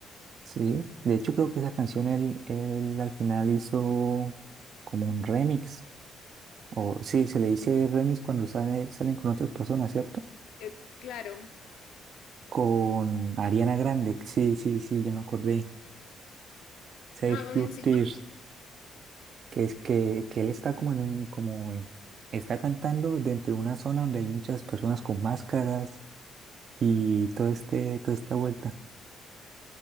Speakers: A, on the right; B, on the left.
A: Sí, de hecho creo que esa canción él, él al final hizo como un remix, o sí, se le dice remix cuando sale, salen con otras personas, ¿cierto?
B: Eh, claro,
A: Con Ariana Grande, sí, sí, sí, ya me acordé, Save
B: ah, más
A: Your
B: encima.
A: Tears, que es que, que él está como en un, como en- está cantando dentro de una zona donde hay muchas personas con máscaras y todo este, toda esta vuelta,